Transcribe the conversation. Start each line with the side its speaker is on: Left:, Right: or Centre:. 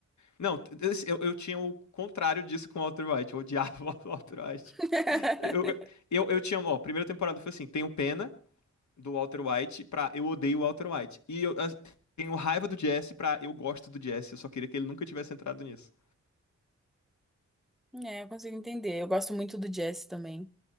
Left: Não, esse- eu, eu tinha o contrário disso com o Walter White. Eu odiava <laughs> o Walter White.
Centre: <laughs>
Left: Eu, eu, eu tinha, ó, a primeira temporada foi assim: tenho pena do Walter White pra eu odeio o Walter White. E eu ah, tenho raiva do Jesse pra eu gosto do Jesse. Eu só queria que ele nunca tivesse entrado nisso.
Centre: É, eu consigo entender. Eu gosto muito do Jesse também.